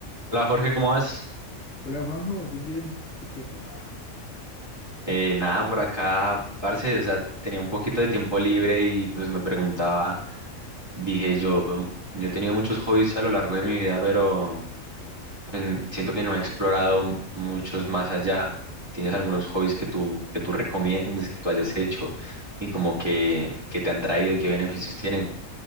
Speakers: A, on the right; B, on the left.
A: Hola Jorge, ¿cómo vas?
B: Hola Juanjo, bien, bien. Este, que como, ah,
A: Eh, nada, por acá, parce, o sea, tenía un poquito de tiempo libre y pues me preguntaba, dije yo, yo he tenido muchos hobbies a lo largo de mi vida, pero pues, siento que no he explorado m- muchos más allá. ¿Tienes algunos hobbies que tú, que tú recomiendes, que tú hayas hecho y como que, que te han traído, qué beneficios tienen?